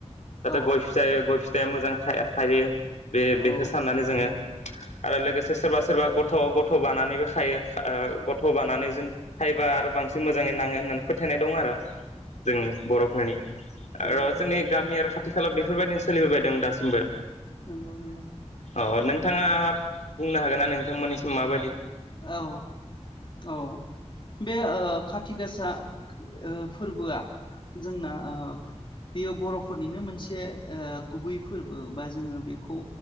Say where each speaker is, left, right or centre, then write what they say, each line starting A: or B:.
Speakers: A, on the left (about 80°); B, on the left (about 45°).
A: नाथाय
B: औ
A: गय फिथाय गय फि थाया मोजां था-थायो। बे बेखौ
B: औ
A: साननानै जोङो। आरो लोगोसे सोरबा सोरबा गथ' गथ' बानानैबो खायो ओ गथ' बानानै जों खायोबा आरो बांसिन मोजाङै नाङो होननानै फोथायनाय दं आर'। जोंनि बर'फोरनि आर
B: नंगौ
A: गामि आरो खाथि खालाब बेफोरबायदिनो सोलिबोबाय दं दासिमबो
B: नंगौ नंगौ
A: औ नोंथाङा बुंनो हागोन ना नोंथां मोननिसिम माबादि?
B: औ औ बे ओ काथि गासा ओ फोरबोआ जोंना ओ बेयो बर'फोरनिनो मोनसे ओ गुबै फोरबो बा जोङो बेखौ